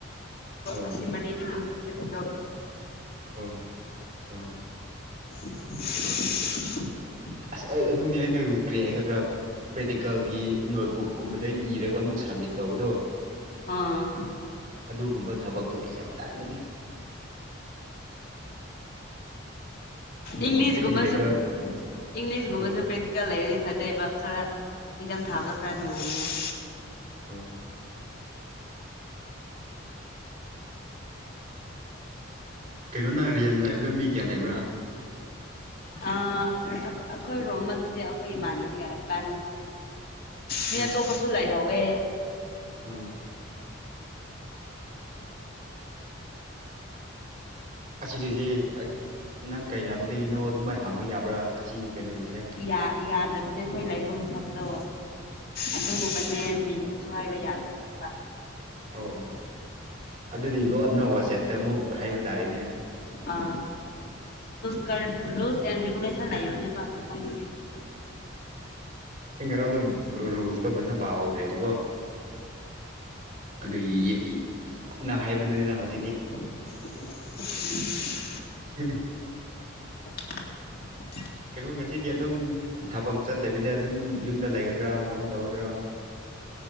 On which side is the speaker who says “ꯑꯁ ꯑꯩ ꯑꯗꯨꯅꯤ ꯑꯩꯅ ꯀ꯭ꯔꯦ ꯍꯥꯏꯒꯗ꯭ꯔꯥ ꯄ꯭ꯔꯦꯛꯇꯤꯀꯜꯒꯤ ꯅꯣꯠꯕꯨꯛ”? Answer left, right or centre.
Right